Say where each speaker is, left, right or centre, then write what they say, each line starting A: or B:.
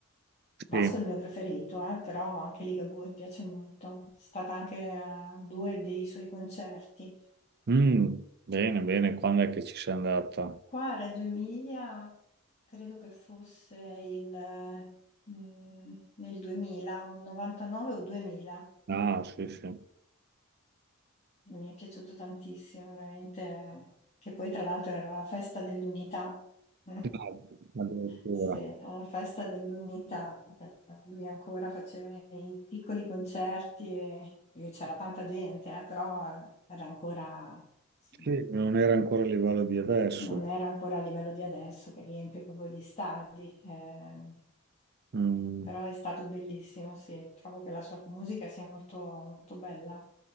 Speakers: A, on the left; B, on the right.
A: Vasco
B: Sì.
A: è il mio preferito, eh, però anche Ligabue mi piace molto. Sono stata anche a due dei suoi concerti.
B: Mm, bene, bene, quando è che ci sei andata?
A: Qua a Reggio Emilia credo che fosse il, mm, nel 2000, un 99 o 2000.
B: Ah, sì, sì.
A: Mi è piaciuto tantissimo, veramente. Che poi, tra l'altro, era la festa dell'unità. <laughs>
B: Ah, addirittura.
A: Sì, alla festa dell'unità. Lui ancora faceva i piccoli concerti e e c'era tanta gente, eh, però era ancora, sì,
B: Sì, non era ancora a livello di adesso.
A: non era ancora a livello di adesso che riempie proprio gli stadi. eh,
B: Mm,
A: però è stato bellissimo, sì. Trovo che la sua musica sia molto, molto bella.